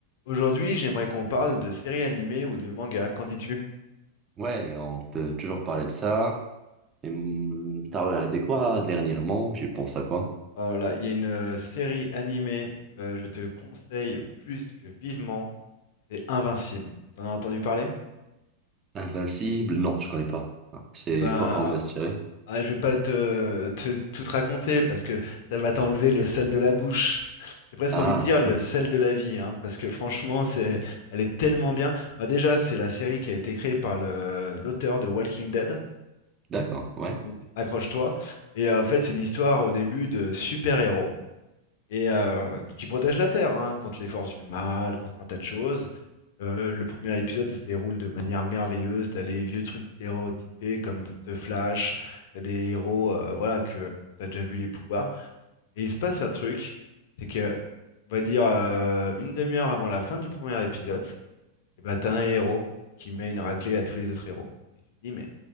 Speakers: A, on the left; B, on the right.
A: Aujourd'hui, j'aimerais qu'on parle de séries animées ou de mangas. Qu'en dis-tu?
B: Ouais, on peut toujours parler de ça. Et, hum, T'as regardé quoi dernièrement? J'y pense à quoi?
A: Oh là là, il y a une euh, série animée, euh, je te conseille plus que vivement, c'est Invincible. T'en as entendu parler?
B: Invincible? Non, je connais pas. Ah, C'est
A: Eh ben, ah,
B: quoi comme série?
A: ah, ah, ah, je vais pas te, te- tout te raconter parce que ça va t'enlever le sel de la bouche. J'ai presque
B: Ah,
A: envie de dire le sel de la vie, hein, parce que franchement, c'est, elle est tellement bien. Bah déjà, c'est la série qui a été créée par le, l'auteur de Walking Dead.
B: <laughs> d'accord, ouais.
A: Donc accroche-toi. Et euh, en fait, c'est l'histoire au début de super-héros. et euh, qui protège la Terre hein, contre les forces du mal, contre un tas de choses. Euh, le premier épisode se déroule de manière merveilleuse. T'as les vieux trucs stéréotypés comme The Flash, t'as des héros euh, voilà, que, dont t'as déjà vu les pouvoirs. Et il se passe un truc, c'est que, on va dire, euh, une demi-heure avant la fin du premier épisode, et bah, t'as un héros qui met une raclée à tous les autres héros. Et tu te dis, mais